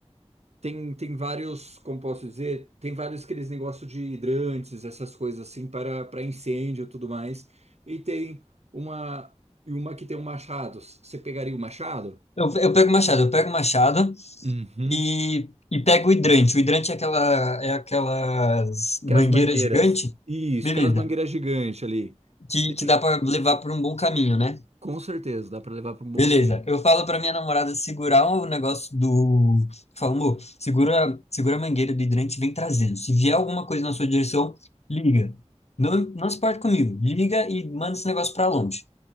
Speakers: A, on the right; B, on the left.
A: Tem, tem vários, como posso dizer, tem vários aqueles negócios de hidrantes, essas coisas assim, para para incêndio e tudo mais. E tem uma e uma que tem um machado. Você pegaria o machado?
B: Eu, eu pego o machado, eu pego o machado,
A: Uhum.
B: e, e pega o hidrante. O hidrante é aquela, é aquelas mangueiras
A: Aquelas mangueiras.
B: gigante,
A: Isso,
B: beleza,
A: aquelas mangueiras gigantes ali.
B: que,
A: Bele-
B: que dá para levar por um bom caminho, né?
A: Com certeza, dá para levar para um bom
B: Beleza,
A: caminho.
B: eu falo para minha namorada segurar o negócio do. Falo, amor, segura, segura a mangueira do hidrante e vem trazendo. Se vier alguma coisa na sua direção, liga. Não, não se parte comigo. Liga e manda esse negócio para longe.